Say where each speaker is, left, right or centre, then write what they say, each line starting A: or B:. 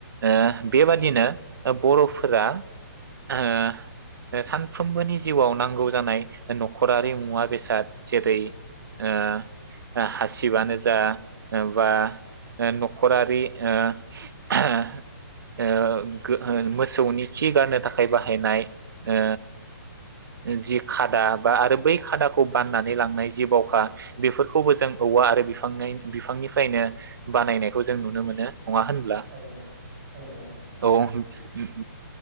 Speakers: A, on the right (about 80°); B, on the right (about 20°).
A: ओ बे बादिनो बर'फोरा ओ सानफ्रोमबोनि जिउआव नांगौ जानाय न'खरारि मुवा बेसाद जेरै- ओ हासिबानो जा ओ बा ओ नख खरारि ओ ओ ओ ओ मोसौनि खि गारनो थाखाय बाहायनाय ओ जि खादा बा आरो बै खादाखौ बाननानै लांनाय जि बावखा बेफोरखौबो जों औवा आरो बिफांनाय- बिफांनिफ्रायनो बानायनायखौ जों नुनो मोनो नङा होनब्ला
B: औ औ नंगौ औ ओ
A: औ <unintelligible>